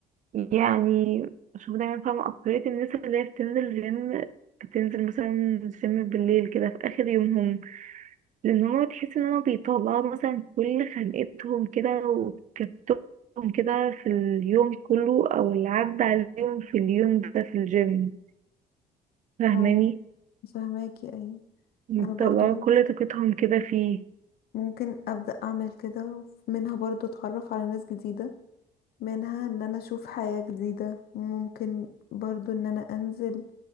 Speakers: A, on the right (about 50°); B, on the left (about 65°).
A: يعني شوف دايما فاهمة أكترية الناس اللي هي بتنزل جيم بتنزل مثلا جيم بالليل كده في آخر يومهم لان هو تحس ان هو بيطلعوا مثلا كل خنقتهم كده وكبتهم كده في اليوم كله او اللي عدى عليهم في اليوم ده في الجيم فاهماني
B: او فهماكي ايوه
A: بيطلعوا
B: انا برضو ممكن
A: كل طاقتهم كده فيه
B: ممكن ابدأ اعمل كده ومنها برضو اتعرف على ناس جديدة منها ان انا اشوف حياة جديدة ممكن برضو ان انا انزل